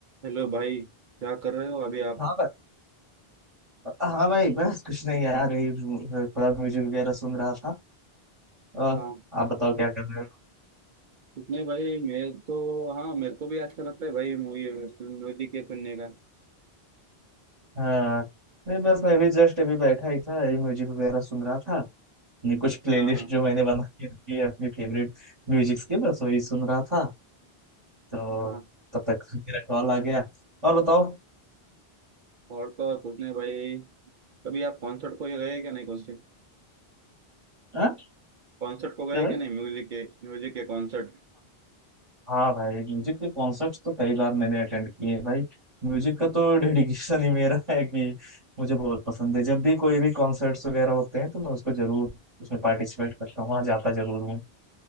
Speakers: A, on the right; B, on the right.
A: Hello भाई क्या कर रहे हो अभी आप
B: हाँ भाई हाँ भाई बस कुछ नहीं यार यही थोड़ा म्यूजिक वगैरह सुन रहा था और
A: हाँ
B: आप बताओ क्या कर रहे हो
A: कुछ नहीं भाई मैं तो हाँ मेरे को भी अच्छा लगता है भाई मूवी म्यूजिक के सुनने का
B: हाँ नहीं बस मैं भी जस्ट अभी बैठा ही था यही म्यूजिक वगैरह सुन रहा था ये कुछ प्लेलिस्ट
A: हाँ हाँ
B: जो मैंने बना के रखी है अपनी फेवरेट म्यूजिक्स की बस वही सुन रहा था तो
A: हाँ
B: तब तक मेरा कॉल आ गया और बताओ
A: और तो और कुछ नहीं भाई कभी आप कॉन्सर्ट को ये गए क्या नहीं कौन से
B: हाँ
A: कॉन्सर्ट को गए
B: क्या भाई
A: क्या नहीं म्यूजिक के म्यूजिक के कॉन्सर्ट
B: हाँ भाई म्यूजिक के कॉन्सर्ट्स तो कई बार मैंने अटेंड किए हैं भाई म्यूजिक का तो डेडिकेशन ही मेरा है कि मुझे बहुत पसंद है जब भी कोई भी कॉन्सर्ट्स वगैरह होते हैं तो मैं उसको जरूर उसमें पार्टिसिपेट करता हूँ वहाँ जाता जरूर हूँ